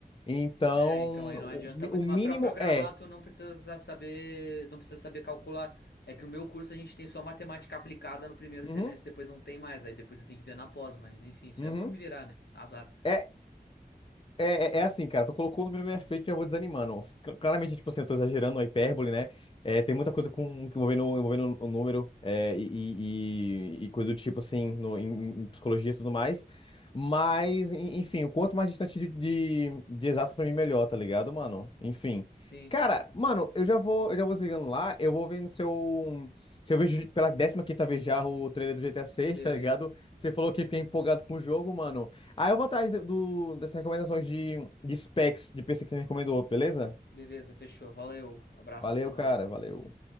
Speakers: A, on the left; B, on the left.
A: Então,
B: É, então aí
A: o,
B: não adianta muito,
A: o mínimo
B: mas para programar
A: é.
B: tu não precisa saber, não precisa saber calcular. É que no meu curso a gente tem só matemática aplicada no primeiro
A: Uhum,
B: semestre, depois não tem mais, aí depois eu tenho que ver na pós, mas enfim, isso
A: uhum.
B: eu vou me virar, né? Azar.
A: é É, é, é assim, cara, tu colocou o número na minha frente e já vou desanimando. Cla- Claramente, tipo assim, eu tô exagerando, é hipérbole, né? É, tem muita coisa com, envolvendo, envolvendo o número é, e, e, e- e coisa do tipo, assim, no, em, em psicologia e tudo mais. Mas, en- enfim, o quanto mais distante de, de, de exatos pra mim, melhor, tá ligado, mano? Enfim.
B: Sim,
A: Cara, mano, eu já vou, eu já vou desligando lá, eu vou vendo se eu, se eu vejo pela décima quinta vez já o trailer do GTA 6,
B: beleza.
A: tá ligado? Você falou que fiquei empolgado com o jogo, mano. Aí eu vou atrás do, do- dessas recomendações de, de specs de PC que você me recomendou, beleza?
B: Beleza, fechou. Valeu, abraço,
A: Valeu,
B: é nóis.
A: cara, valeu.